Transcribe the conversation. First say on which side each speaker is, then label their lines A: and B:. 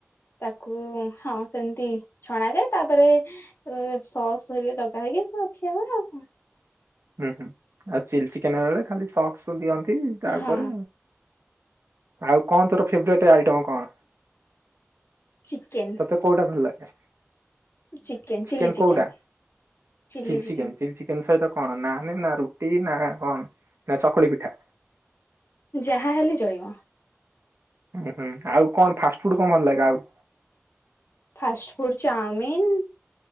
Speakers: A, on the left (about 55°); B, on the right (about 60°).
A: ତାକୁ ହଁ ସେମିତି ଛଣାଯାଏ ତାପରେ ସସ୍ ଘରିକା ଲଗା ହେଇକି ଖିଆ ହୁଏ ଆଉ କଣ।
B: ହୁଁ, ହୁଁ ଆଉ ଚିଲି ଚିକେନ୍ ବେଳେ ଖାଲି ସକ୍ସ ଦିଅନ୍ତି ତା ଉପରେ
A: ହଁ
B: ଆଉ କଣ ତୋର ଫେବ୍ରେଟ୍ ଆଇଟମ କଣ
A: ଚିକେନ
B: ତତେ କଉଟା ଭଲ ଲାଗେ
A: ଚିକେନ
B: ଟିକେନ୍
A: ଚିଲି ଚିକେନ
B: କୋଉଟା
A: chilli
B: chilli chicken
A: chicken
B: chilli chicken chicken ସହିତ କଣ ନାନ୍ ନା ରୁଟି ନା କଣ ନା ଚକୁଳି ପିଠା?
A: ଯାହା ହେଲେ ଚଳିବ।
B: ହୁଁ ହୁଁ ଆଉ କଣ ଫାଷ୍ଟଫୁଡ୍ କଣ ଭଲ ଲାଗେ ଆଉ?
A: Fast food chow mein.